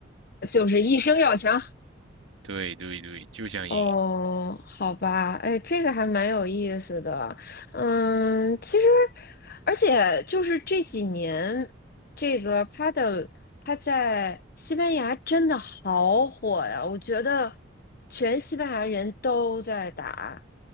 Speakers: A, on the left (about 50°); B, on the right (about 75°).
A: 就是一生要强。
B: 对对对，就想赢。
A: 哦，好吧，哎，这个还蛮有意思的。嗯，其实，而且就是这几年，这个 paddle 它在西班牙真的好火呀，我觉得全西班牙人都在打。